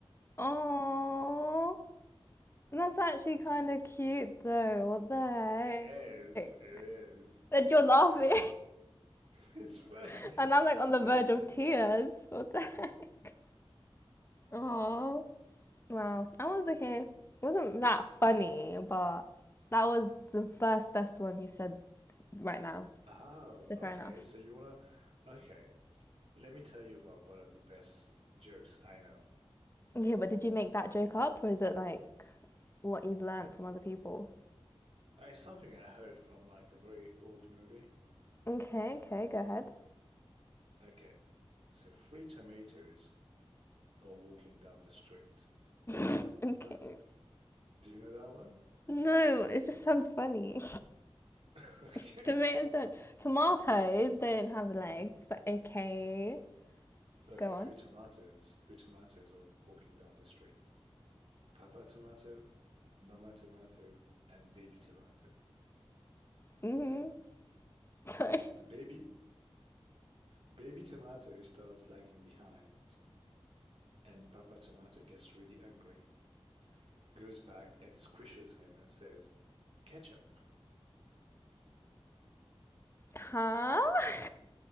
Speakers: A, on the left; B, on the right.
A: Oh, that's actually kind of cute though. What the
B: <laughs> It is.
A: heck?
B: It is.
A: And you're laughing,
B: It's funny.
A: <laughs> and I'm
B: <laughs>
A: like
B: so
A: on the verge
B: funny.
A: of tears. What the heck? Oh, wow. I was okay. It wasn't that funny, but that was the first best one you said right now.
B: Oh,
A: So fair
B: okay.
A: enough.
B: So you wanna? Okay. Let me tell you about one of the best jokes I know.
A: Okay, but did you make that joke up, or is it like what you've learned from other people?
B: It's something I heard from like a very old movie.
A: Okay, okay, go ahead.
B: Okay. So three tomatoes are walking down the street.
A: <laughs> Okay.
B: But do you know that one?
A: No, it just sounds funny.
B: <laughs> Okay.
A: <laughs> Tomatoes don't. Tomatoes don't have legs, but okay.
B: Okay,
A: Go on.
B: three tomatoes. Three tomatoes are walking down the street. Papa tomato, mama tomato, and baby tomato.
A: hmm Sorry.
B: Baby Baby Tomato starts lagging behind, and Papa Tomato gets really angry, goes back and squishes him and says, Ketchup!
A: Huh? <laughs>